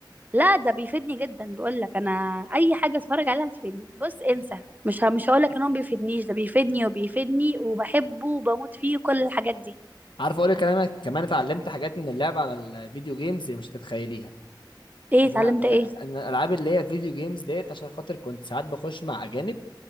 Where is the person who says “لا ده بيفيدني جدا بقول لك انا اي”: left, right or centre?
Right